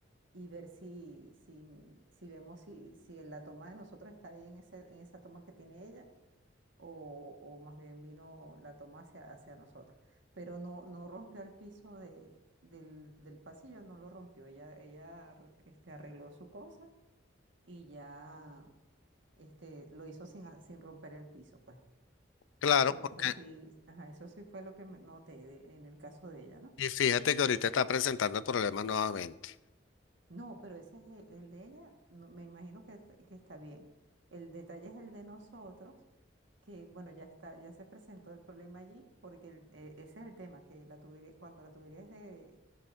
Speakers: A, on the right (about 70°); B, on the left (about 80°).
A: y ver si, si, si vemos si, si en la toma de nosotros está ahí en ese, en esa toma que tiene ella o, o más bien vino la toma hacia, hacia nosotros. Pero no, no rompió el piso de, del, del pasillo, no lo rompió. Ella, ella ar- este, arregló su cosa y ya este, lo hizo sin, a- sin romper el piso, pues.
B: Claro,
A: Eso, eso
B: porque
A: sí, ajá, eso sí fue lo que me noté de- en el caso de ella, ¿no?
B: y fíjate que ahorita está presentando el problema nuevamente.
A: No, pero ese es e- el de ella, no- me imagino que, est- que está bien. El detalle es el de nosotros, que bueno, ya está, ya se presentó el problema allí, porque el- e- ese es el tema, que la tubería, cuando la tubería es de,